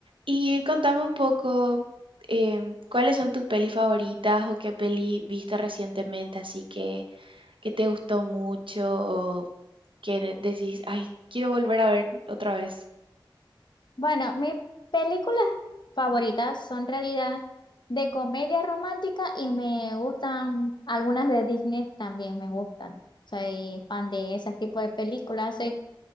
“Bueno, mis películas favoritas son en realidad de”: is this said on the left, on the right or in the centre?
Left